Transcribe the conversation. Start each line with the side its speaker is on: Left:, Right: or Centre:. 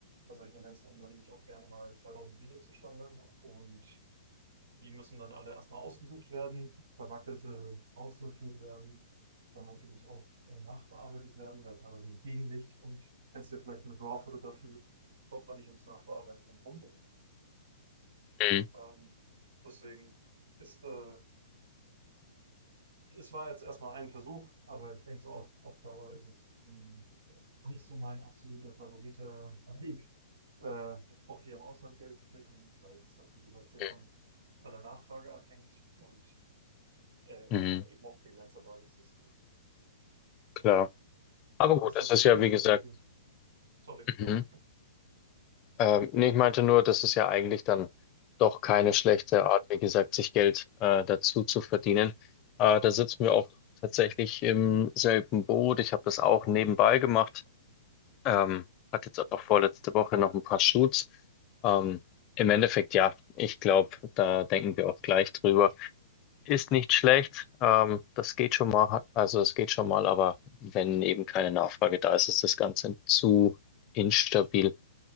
Right: bei solchen Events kommen dann nämlich auch gerne mal 2000 Bilder zustande und die müssen dann alle erstmal ausgesucht werden, verwackelte aussortiert werden, dann natürlich auch äh, nachbearbeitet werden, weil teilweise im Gegenlicht und kennst du ja vielleicht mit RAW-Fotografie, kommt man nicht ums Nachbearbeiten dran rum.
Left: Mhm.
Right: Ähm, deswegen ist, äh, es war jetzt erstmal ein Versuch, aber ich denke so auf, auf Dauer ist es ähm, nicht so mein absoluter favoriter Weg, äh, auch hier im Ausland Geld zu verdienen, weil es, wie gesagt, sehr
Left: Mhm.
Right: von, von der Nachfrage abhängt und äh,
Left: Mhm.
Right: eben auch Freelancer-Basis ist.
Left: Klar. Aber gut,
Right: Was
Left: es
Right: hast
Left: ist
Right: du denn
Left: ja
Right: so
Left: wie
Right: für
Left: gesagt.
Right: Wege? Sorry,
Left: Mhm.
Right: go.
Left: Ähm, nee, ich meinte nur, das ist ja eigentlich dann doch keine schlechte Art, wie gesagt, sich Geld äh, dazu zu verdienen. Äh, da sitzen wir auch tatsächlich im selben Boot. Ich habe das auch nebenbei gemacht. Ähm, hatte jetzt auch vorletzte Woche noch ein paar Shoots. Ähm, im Endeffekt, ja, ich glaube, da denken wir auch gleich drüber. Ist nicht schlecht. Ähm, das geht schon mal, also es geht schon mal, aber wenn eben keine Nachfrage da ist, ist das Ganze zu instabil.